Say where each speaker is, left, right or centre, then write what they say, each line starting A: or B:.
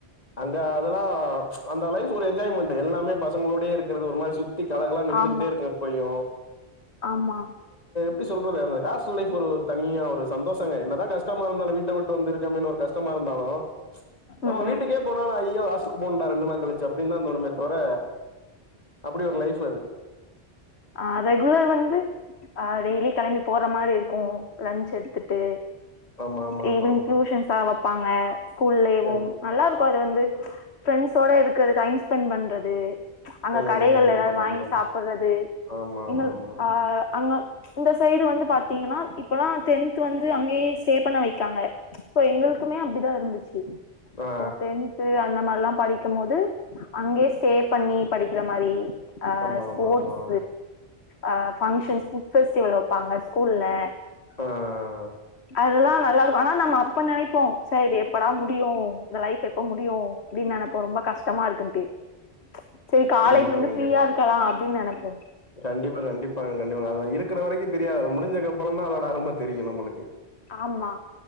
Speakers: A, on the left (about 35°); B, on the left (about 75°).
A: அங்க அதெல்லா அந்த அளவுக்கு ஒரு என்ஜாய்மெண்ட் எல்லாமே பசங்களோடயே இருக்கிறது ஒரு மாரி சுத்தி சுத்தி கலகல்லா இருந்துகிட்டே
B: ஆமா
A: இருக்கு எப்பயு
B: ஆமா
A: <unintelligible> எப்டி சொல்றது அந்த காஸ்டல் லைஃப் ஒரு தனியா ஒரு சந்தோஷங்க என்னதா கஷ்டமா இருந்தால வீட்டா விட்டு வந்துருகே ஒரு கஷ்டம் ஆமா ஆமா நம்ம
B: ம்
A: வீட்டுக்கே
B: ம்
A: போனாலு ஐயோ ஹாஸ்டல போகனு டா ரெண்டு நாள் கழிச்சு அப்படி தா தோனு தவர அப்டி ஒரு லைஃப் அது
B: ஆ ரெகுலர் வந்து ஆ டெய்லி கிளம்பி போற மாரி இருக்கு லஞச் எடுத்துட்டு
A: ஆமா, ஆமா,
B: ஈவினிங்
A: ஆமா, ஆமா.
B: டியூஷன்ஸா வைப்பாங்க ஸ்கூல்லலேவு
A: கண்
B: நல்லா இருக்கு அது வந்து பிரப்ரெண்ட்ஸோட இருக்கிறது டைம் ஸ்பெண்ட் பண்றது அங்க
A: ம்.
B: கடைகள்ல
A: கண்டிப்பா,
B: ஏதாவது
A: கண்டிப்பாங்க.
B: வாங்கி சாப்படுறது
A: ஆமா,
B: எங்க
A: ஆமா, ஆமா.
B: ஆ அங்க இந்த சைடு வந்து பாத்தீங்கன்னா இப்பல்ல டென்த் வந்து அங்கேயே ஸ்டே பண்ண வைக்காங்க சோ எங்களுக்குமே அப்டிதா இருந்துச்சு
A: ஆ.
B: போய் அந்த மாதிரல்லா படிக்கும் போது அங்கேயே ஸ்டே பண்ணி படிக்கிற மாரி ஆ
A: ஆமா,
B: ஸ்போர்ட்ஸ்
A: ஆமா, ஆமா.
B: ஆ பங்க்ஷன்ஸ் புட் ஃபெஸ்டிவல் வேப்பாங்க ஸ்கூல்லா
A: ஆ ஆ
B: அததுல்லா நல்லா இருக்கு ஆனா நம்ம அப்ப நினைப்போ சே இது எப்டா முடியும் இந்த லைஃப் எப்படா முடியும் அப்டின்னு நினைப்ப ரொம்ப கஷ்டமா இருக்குட்டு சேரி காலேஜ்
A: கண்டிப்பா
B: வந்து
A: கண்டிப்பா
B: ஃப்ரீயா இருக்காலா அப்டின்னு நினைப்போ
A: கண்டிப்பா கண்டிப்பாங்க கண்டிப்பாங்க அத இருக்கிற வரைக்கு தெரியாது அது முடிஞ்சது அப்புறம்மா தா அதோட அரும தெரியு நம்மளுக்கு
B: ஆமா